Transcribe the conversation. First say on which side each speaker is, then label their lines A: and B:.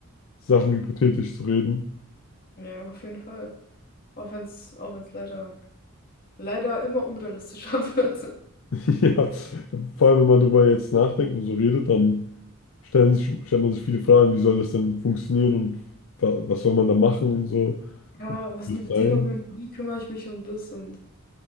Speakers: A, on the left (about 65°); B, on the left (about 45°).
A: Sachen hypothetisch zu reden.
B: Ja, auf jeden Fall. Auch wenn es, auch wenn es leider, leider immer unrealistischer <laughs> wird.
A: <laughs> Ja, vor allem, wenn man darüber jetzt nachdenkt und so redet, dann stellen sich, stellt man sich viele Fragen, wie soll das denn funktionieren und wa was soll man da machen und so.
B: Ja, und was
A: Wie
B: sind
A: es
B: die Bedingungen?
A: sein?
B: Wie kümmere ich mich um das? Und